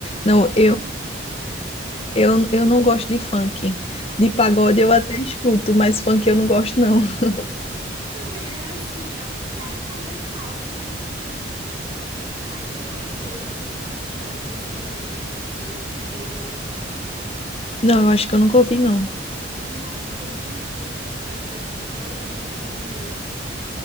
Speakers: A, on the left; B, on the right.
A: Não,
B: e é
A: eu,
B: Camilo, né?
A: eu,
B: Também.
A: eu não gosto de funk. De pagode eu até escuto, mas funk eu não gosto, não. <laughs>
B: Também era assim, até começar aos pouquinhos. Aí eu comecei, não sei se você já ouviu, se tem algum preconceito com poesia acústica.
A: Não, eu acho que eu nunca ouvi, não.
B: Nossa, poesia acústica é tipo 10 minutos de música.